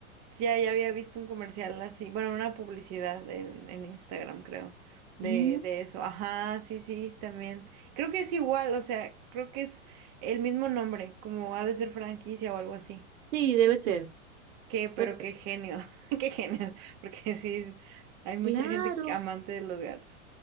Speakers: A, on the right; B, on the right.
A: Sí hay, había visto un comercial así, bueno, una publicidad en, en Instagram, creo, de,
B: Mm,
A: de eso. Ajá, sí, sí, también. Creo que es igual, o sea, creo que es el mismo nombre, como ha de ser franquicia o algo así.
B: sí, debe ser.
A: Qué, pero
B: Pero,
A: qué genio, <laughs> qué genios, porque sí, hay mucha
B: claro,
A: gente que- amante de los gatos.